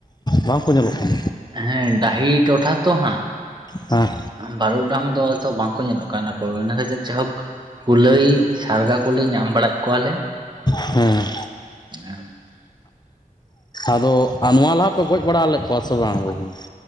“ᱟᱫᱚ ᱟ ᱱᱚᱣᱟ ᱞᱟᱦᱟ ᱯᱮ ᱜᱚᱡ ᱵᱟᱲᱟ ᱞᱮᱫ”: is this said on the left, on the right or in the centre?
Left